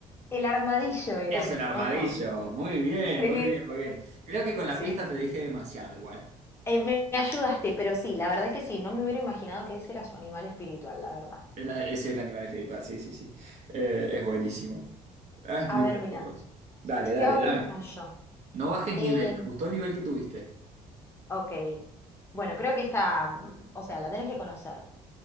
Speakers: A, on the left; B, on the right.
A: El armadillo era,
B: Es un armadillo.
A: ¿o no?
B: Muy bien,
A: Sí,
B: muy bien, muy bien. Creo que con la
A: sí,
B: pista
A: sí.
B: te dije demasiado igual.
A: Eh, me me ayudaste, pero sí, la verdad que sí, no me hubiera imaginado que ese era su animal espiritual, la verdad.
B: Es la- es el animal espiritual, sí, sí, sí. Eh, es buenísimo. Ah, Es muy
A: A ver,
B: loco,
A: mira,
B: Ross. Dale, dale,
A: te hago
B: dame.
A: una yo.
B: No bajes
A: Eh,
B: nivel. Me gustó el nivel que tuviste.
A: ok, bueno, creo que esta, mm, o sea, la tenés que conocer.